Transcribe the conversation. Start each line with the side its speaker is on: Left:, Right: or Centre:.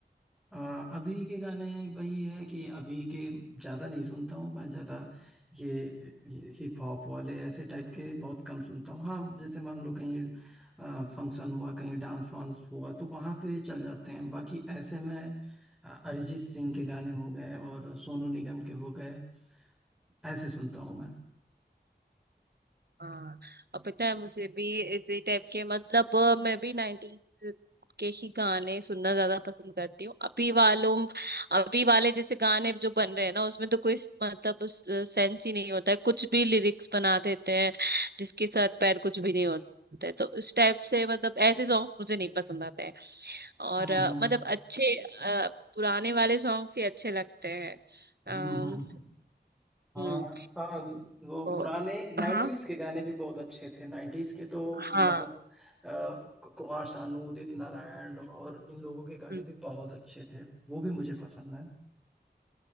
Centre: अ, अभी के गाने वही है कि अभी के ज़्यादा नहीं सुनता हूँ मैं ज़्यादा ये, ये हिप हॉप वाले ऐसे टाइप के बहुत कम सुनता हूँ हाँ जैसे मान लो कहीं फंक्शन हुआ कहीं डांस वांस हुआ तो वहाँ पे चल जाते हैं बाकी ऐसे मैं अ, अरिजीत सिंह के गाने हो गए और सोनू निगम के हो गए ऐसे सुनता हूँ मैं
Right: हाँ अब पता है मुझे भी इसी टाइप के मतलब अ, मैं भी नाइनटीज के ही गाने सुनना ज्यादा पसंद करती हूँ अभी वालों अभी वाले जैसे गाने जो बन रहे हैं ना उसमें तो कोई स- मतलब उस सेंस ही नहीं होता है कुछ भी लिरिक्स बना देते हैं जिसके सर पैर कुछ भी नहीं होते हैं। तो उस टाइप से मतलब ऐसे सॉन्ग मुझे नहीं पसंद आते हैं और
Centre: हम्म
Right: अ,
Centre: हम्म
Right: मतलब अच्छे अ, पुराने वाले सॉन्ग्स ही अच्छे लगते हैं अम्म,
Centre: हम्म हम्म हाँ
Right: हम्म
Centre: हाँ वो
Right: तो
Centre: पुराने 90s
Right: हाँ
Centre: के गाने भी बहुत अच्छे थे 90s के तो
Right: हाँ
Centre: मतलब अ, कुमार सानू उदित नारायण और इन लोगों के गाने
Right: हम्म।
Centre: भी बहुत अच्छे थे वो भी मुझे पसंद है